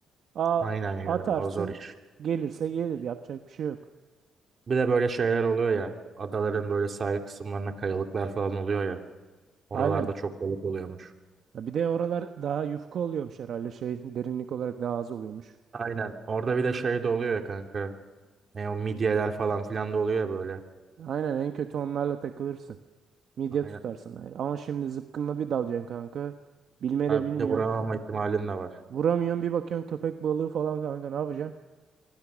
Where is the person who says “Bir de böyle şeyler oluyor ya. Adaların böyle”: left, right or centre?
Right